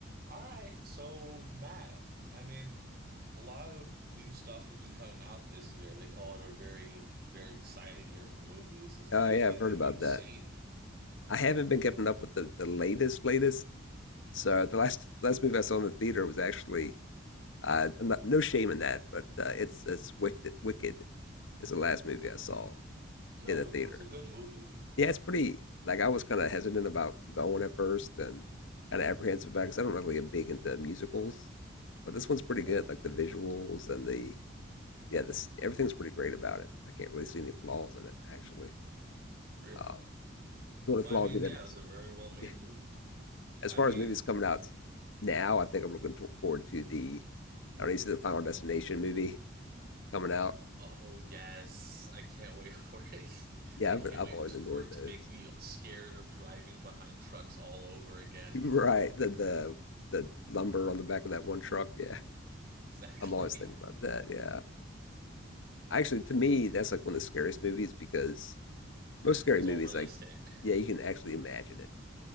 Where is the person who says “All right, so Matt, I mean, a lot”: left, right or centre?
Right